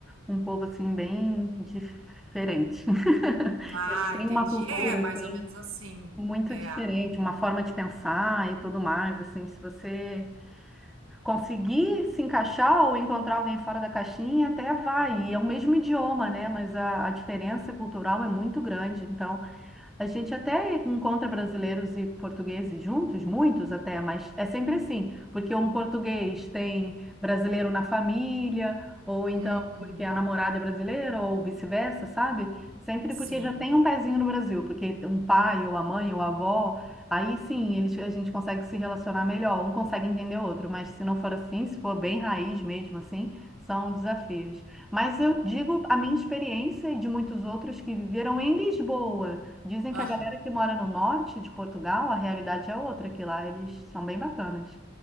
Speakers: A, in the centre; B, on the right.
A: um povo, assim, bem diferente.
B: ah,
A: <laughs> Tem
B: entendi.
A: uma cultura,
B: É mais
A: assim,
B: ou menos assim.
A: muito
B: É,
A: diferente, uma forma de pensar e tudo mais, assim, se você conseguir se encaixar ou encontrar alguém fora da caixinha, até vai. E é o mesmo idioma, né? Mas a, a diferença cultural é muito grande. Então, A gente até encontra brasileiros e portugueses juntos, muitos até, mas é sempre assim, porque um português tem brasileiro na família, ou então
B: hum,
A: porque a namorada é brasileira, ou vice-versa, sabe? Sempre
B: sim,
A: porque já tem um pezinho no Brasil, porque um pai, ou a mãe, ou a avó, aí sim eles, a gente consegue se relacionar melhor, um consegue entender o outro, mas se não for assim, se for bem raiz mesmo assim, são desafios. Mas eu digo a minha experiência e de muitos outros que viveram em Lisboa. Dizem
B: aham.
A: que a galera que mora no norte de Portugal, a realidade é outra, que lá eles são bem bacanas.